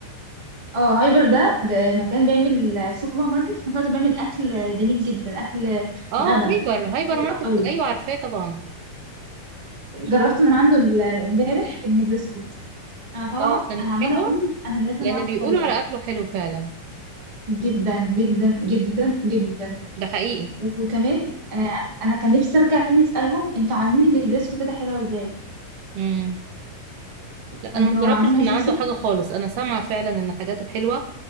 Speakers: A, on the right; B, on the right.
A: اه هايبر ده ب- مكان بيعمل آه، سوبر ماركت في نفس الوقت بيعمل أكل جميل جدا أكل
B: اه
A: غدا
B: هايبر هايبر
A: حلو
B: ماركت
A: قوي
B: ايوه عارفاه طبعا
A: جربت من عنده ال- امبارح النجرسكو أنا طالعة
B: اه كانت
A: أنا عمالة
B: حلوة
A: أقول أنا لازم
B: لان
A: أعرف
B: بيقولوا
A: الطريقة
B: على اكله حلو فعلا
A: جدا جدا جدا جدا
B: ده حقيقي
A: وكمان انا انا كان نفسي ارجع تاني اسالهم انتوا عاملين النجريسكو كده حلوه ازاي
B: امم لا
A: كانوا
B: انا ما جربتش
A: عاملينها
B: من
A: جوسي
B: عنده حاجة خالص انا سامعة فعلا ان حاجاته حلوة